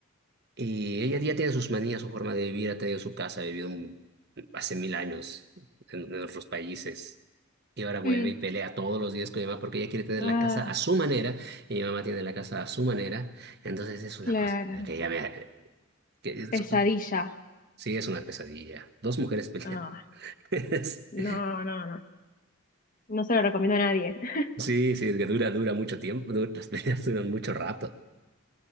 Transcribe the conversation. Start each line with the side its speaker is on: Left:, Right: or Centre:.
Right: Y ella ya tiene sus manías, su forma de vivir, ha tenido su casa, ha vivido un- hace mil años en, en otros países. Y ahora vuelve
Left: mm.
Right: y pelea todos los días con mi mamá porque ella quiere tener
Left: Ah,
Right: la casa a su manera y mi mamá tiene la casa a su manera. Entonces es una
Left: claro.
Right: cosa que ya me... que es-
Left: Pesadilla.
Right: Sí, es una pesadilla. Dos mujeres pelean.
Left: Ah,
Right: <laughs>
Left: no, no, no. No se lo recomiendo a nadie. <laughs>
Right: Sí, sí, es que dura, dura mucho tiempo, du- las peleas duran mucho rato.